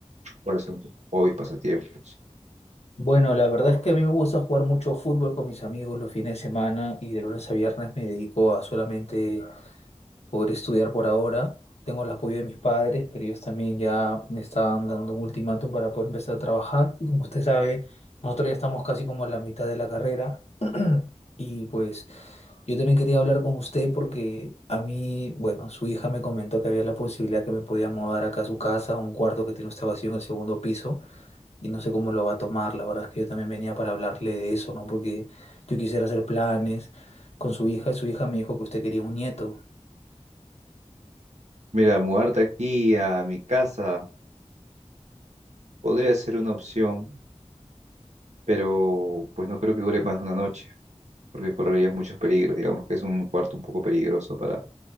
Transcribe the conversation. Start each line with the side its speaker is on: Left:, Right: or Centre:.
Right: ¿Cuáles son tus hobbies, pasatiempos?
Left: Bueno, la verdad es que a mí me gusta jugar mucho fútbol con mis amigos los fines de semana y de lunes a viernes me dedico a solamente poder estudiar por ahora. Tengo el apoyo de mis padres, pero ellos también ya me estaban dando un ultimátum para poder empezar a trabajar. Y como usted sabe, nosotros ya estamos casi como en la mitad de la carrera. <clears throat> Y pues yo también quería hablar con usted porque a mí, bueno, su hija me comentó que había la posibilidad que me podía mudar acá a su casa, a un cuarto que tiene usted vacío en el segundo piso y no sé cómo lo va a tomar. La verdad es que yo también venía para hablarle de eso, ¿no? Porque yo quisiera hacer planes con su hija y su hija me dijo que usted quería un nieto.
Right: Mira, mudarte aquí a mi casa podría ser una opción, pero pues no creo que dure más de una noche, porque correrías muchos peligros, digamos que es un cuarto un poco peligroso para,